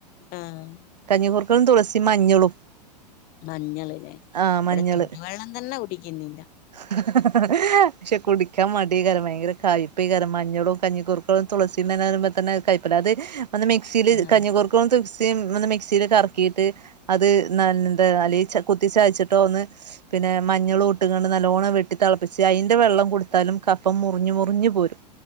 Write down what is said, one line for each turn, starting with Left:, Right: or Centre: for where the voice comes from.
Left: ആഹ്
Right: കഞ്ഞിക്കൂർക്കയും തുളസിയും മഞ്ഞളും
Left: മഞ്ഞള് ലെ ഇവിടെ
Right: ആഹ് മഞ്ഞള്
Left: ചൂടു വെള്ളം തന്നെ കുടിക്കുന്നില്ല.
Right: ഹ ഹ പക്ഷെ കുടിക്കാൻമടിയേക്കാരും ഭയങ്കര കയിപേ കാരും മഞ്ഞളും കഞ്ഞി കൂർക്ക തുളസി <unintelligible> വെക്കുന്ന കയ്പ്പല്ലേ അത്. അത് മിക്സിൽ
Left: ആഹ്
Right: കഞ്ഞിക്കുർക്കൊന്ന് <unintelligible> മിക്സിൽ കറക്കിയിട്ട് അത്. ന എന്താ അല്ലെ കുത്തിച്ചയച്ചിട്ടോ ഒന്ന്. പിന്നെ മഞ്ഞളുട്ടിങ്ങാണ്ട് നല്ലോണ്ണം വെട്ടി തിളപ്പിച്ച് അതിന്റെ വെള്ളം കൊടുത്താലും കഫം മുറിഞ്ഞ് മുറിഞ്ഞ് പോരും.